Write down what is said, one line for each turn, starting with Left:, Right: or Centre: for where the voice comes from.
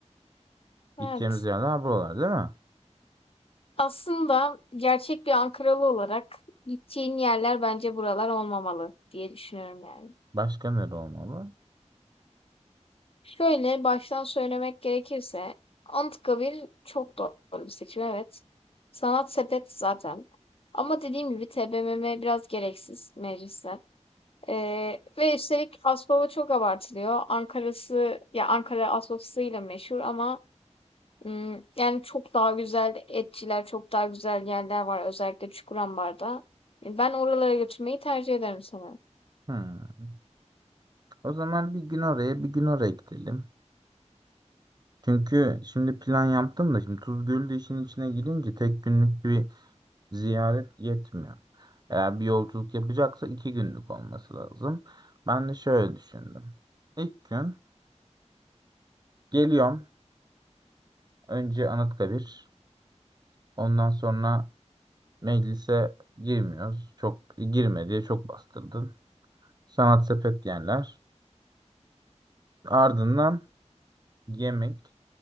Left: Evet.
Right: Gideceğimiz yerler buralar değil mi?
Left: Aslında gerçek bir Ankaralı olarak gideceğin yerler bence buralar olmamalı diye düşünüyorum yani.
Right: Başka nere olmalı?
Left: Şöyle baştan söylemek gerekirse Anıtkabir çok doğru bir seçim evet. Sanat sepet zaten. Ama dediğim gibi TBMM biraz gereksiz meclisler. Eee, ve üstelik Aspava çok abartılıyor. Ankara'sı ya Ankara Aspava'sıyla meşhur ama ım, yani çok daha güzel etçiler, çok daha güzel yerler var özellikle Çukurambar'da. E, Ben oralara götürmeyi tercih ederim sana.
Right: Hmm. O zaman bir gün oraya bir gün oraya gidelim. Çünkü şimdi plan yaptım da şimdi Tuz Gölü de işin içine girince tek günlük bir ziyaret yetmiyor. Eğer bir yolculuk yapacaksa iki günlük olması lazım. Ben de şöyle düşündüm. İlk gün geliyorum. Önce Anıtkabir. Ondan sonra meclise girmiyoruz. Çok girme diye çok bastırdın. Sanat sepet yerler. Ardından yemek.